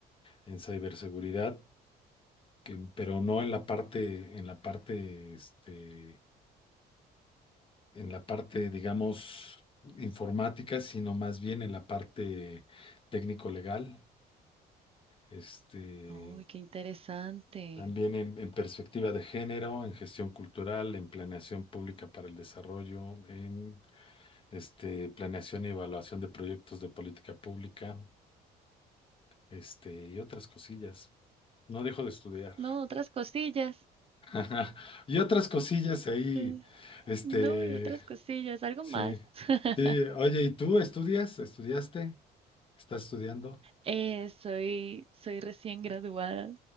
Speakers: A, on the left (about 30°); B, on the right (about 35°).
A: en ciberseguridad, que- pero no en la parte, en la parte, este, en la parte, digamos, informática, sino más bien en la parte técnico-legal, este,
B: Uy, qué interesante.
A: también en, en perspectiva de género, en gestión cultural, en planeación pública para el desarrollo, en este, planeación y evaluación de proyectos de política pública, este, y otras cosillas. No dejo de estudiar.
B: No, otras cosillas.
A: Ajá. Y otras cosillas ahí,
B: Eh,
A: este,
B: No, y otras cosillas, algo
A: sí.
B: más. <laughs>
A: Sí, oye, ¿y tú estudias? ¿Estudiaste? ¿Estás estudiando?
B: Eh, soy, soy recién graduada.